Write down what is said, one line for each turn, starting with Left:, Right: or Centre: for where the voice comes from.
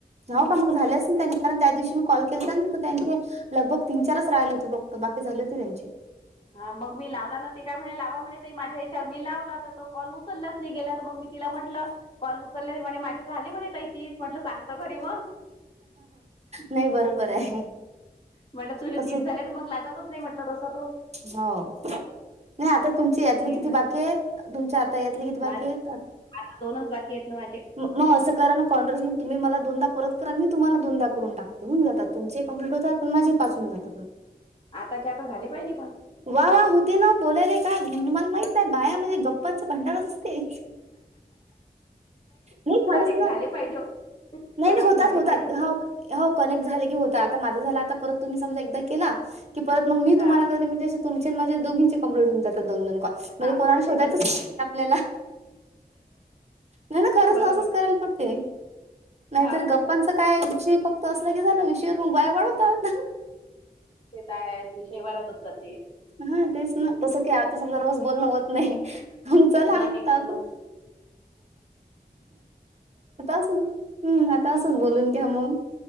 Right: हो का मग झाले, अस ना त्यां कारण त्या दिवशी मी कॉल केले, ना तर त्यांचे, लग बग तीन चारच राहिला, ते बघत बाकी झाली होती, त्यांची
Left: हा मग मी लावला, ना ते काय म्हणे लावा म्हणे ताई माझ्या याच्यावर मी लावला तर तो कॉल उचललाच नाही गेला, तर मग म तिला म्हटलं कॉल उचलले म्हणे, माझे तर आले म्हणे त तीच म्हटलं सांगत खरी मग
Right: नाही बरोबर आहे
Left: म्हटलं तुझ्या
Right: तसच
Left: तीस झालंय, तर मग लागत हो नाही म्हटलं तसं तो
Right: हो नाही आता तुमची यातली
Left: तीस
Right: किती
Left: झाले.
Right: बाकी आहेत तुमच्या आता यातली किती बाकी
Left: माझे
Right: आहेत.
Left: आता दोनच बाकी आहेत ना माझे,
Right: मगं अस करा ना <unintelligible> मग तुम्ही मला दोनदा परत करा मी तुम्हाला दोनदा करून टकत हून जातात तुमचे कंप्लीट होतात माझे पाच होऊन जातात मग
Left: आताच्या आता झाले पाहिजे पण
Right: वा वा होते ना बोलायला, काय तुमला माहित आहे बाया म्हणजे गप्पांच भंडारच असते. नाही खरंच
Left: कनेक्ट
Right: ना
Left: झाले पाहिजे
Right: नाही,
Left: कनेक्ट
Right: नाही होतात,
Left: झाले
Right: होतात
Left: पाहिजे
Right: हा हो कनेक्ट झाले की होता आता माझा झाला आता परत तुम्ही समजा एकदा केला की परत मग मी
Left: हा
Right: तुम्हाला
Left: हा
Right: ते म्हणजे तुमचे आणि माझे दोघीचे कंप्लेट होऊ जातात दो दोन कॉल म्हणजे
Left: हा
Right: कोणाला शोधयचच
Left: ते तर
Right: नाही आपल्याला नाही ना खरंच
Left: बरोबर
Right: ना असंच करायला बघते <unintelligible> नाहीतरी
Left: हाव ना.
Right: गप्पांचा काय विषय फक्त असलं की झालं विषयावर बाय वाढवतात
Left: तेेत आहेच विषयी वाढतच जाते.
Right: हा तेच ना, तसं काय आता समजा रोज बोलणं होत नाही. मग चला
Left: नाही
Right: आता
Left: कोणाच
Right: असंच आता अस, हम् आता असंच बोलून घ्या मग